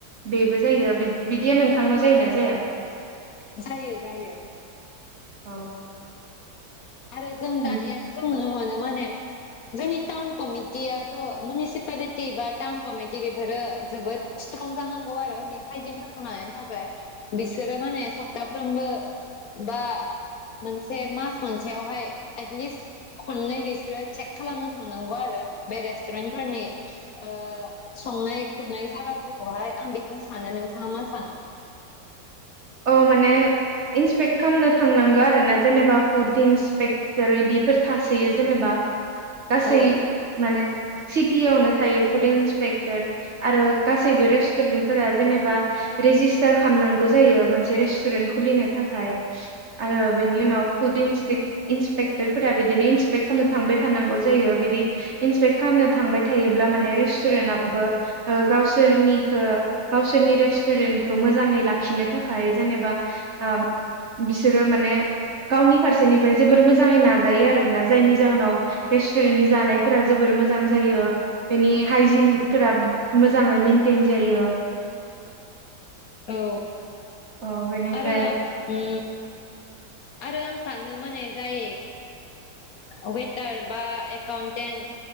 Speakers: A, on the right; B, on the left.
A: बेबो जायो बिदिया नोंथांनाव जायोना जाया?
B: जायो जायो।
A: औ।
B: आरो जों
A: थ'
B: दानियाथ' जोङो मोनो माने जोंनि टाउन कमिटियाथ' मिउनिसिपालिटि बा टाउन कमिटि बेफोरो जोबोद स्ट्रं जानांगौ आरो बे हाइजिनफोरखौ लानायनि थाखाय बिसोरो माने सप्ताफ्रोमबो बा मोनसे मास मोनसेयावहाय एटलिस्ट खननै बिसोरो चेक खालामनो थांनांगौ आरो बे रेस्टुरेन्टफोरनि ओ संनाय खुरनाय जायागाफोरखौहाय आं बेखौ सानो नोंथाङा मा सानो?
A: औ माने इन्सपेक्ट खालामनो थांनांगौ आरोना जेनेबा फुड इन्सपेक्टर इदिफोर थासोयो जेनेबा गासै
B: औ
A: माने सिटियावनो थायो फुड इन्सपेक्टर आरो गासैबो रेस्टुरेन्टफोरा जेनेबा रेजिस्टार खालामनांगौ जायो मोनसे रेस्टुरेन्ट खुलिनो थाखाय आरो बेनि उनाव फुड इन्सपेक इन्सपेक्टर फोरा बिदिनो इन्सपेक्ट खालामनो थांबाय थानांगौ जायो बिदि इन्सपेक्ट खालामनो थांबाय थायोब्ला माने रेस्टुरेन्टाबो ओ गावसोरनिखो गावसोरनि रेस्टुरेन्टखौ मोजाङै लाखिनो थाखाय जेनेबा आ बिसोरो माने गावनि फारसेनिफ्राय जोबोर मोजाङै नाजायो आरोना जायनि जाहोनाव रेस्टुरेन्टनि जानायफोरा जोबोर मोजां जायो बेनि हाइजिनफोरा मोजाङै मेइेनटेन जायो
B: औ
A: अ बेनिफ्राय
B: आरो उ आरो आं सानो माने जाय ओ वेटार बा एकाउन्टेन्ट